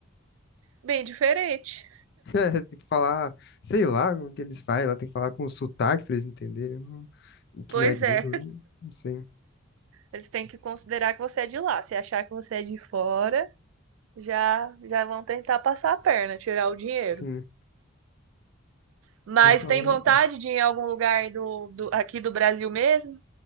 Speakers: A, on the right; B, on the left.
A: bem diferente.
B: <laughs> É, tem que falar, sei lá como que eles fazem, ela tem que falar com sotaque pra eles entenderem, não- e que
A: Pois
B: não é gringo,
A: é,
B: eu não sei.
A: eles têm que considerar que você é de lá. Se achar que você é de fora, já, já vão tentar passar a perna, tirar o dinheiro.
B: Sim,
A: Mas
B: eu ia falar.
A: tem vontade de ir em algum lugar do, do- aqui do Brasil mesmo?